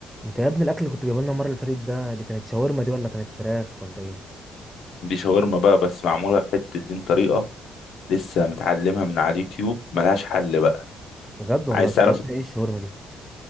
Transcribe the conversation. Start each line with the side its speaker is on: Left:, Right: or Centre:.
Centre: انت يا ابني الاكل اللي كنت جايبه لنا المره اللي فاتت ده دي كانت شاورما دي ولا كانت فراخ ولا ايه
Left: دي شاورما بقى بس معمولة بحتة دين طريقة لسه متعلمها من على اليوتيوب ملهاش حل بقى
Centre: بجد والله
Left: عايز
Centre: طريقتها
Left: تعرف
Centre: ايه الشاورما دي